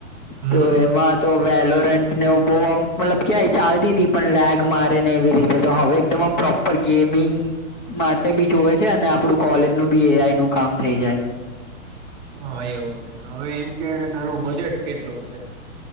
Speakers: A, on the right; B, on the left.
A: હમ
B: તો એમાં તો વેલોરન્ટને બો અમ મતલબ ક્યાંય ચાલતી તી પન લેગ મારે ને એવી રીતે તો હવે તમામ પ્રોપર ગેમિંગ માટે બી જોવે છે અને આપણું કોલેજનું બી એ આઈ નું કામ થઈ જાય <inaudible>
A: હા એવું છે હવે એમ કે કે તારું બજેટ કેટલું છે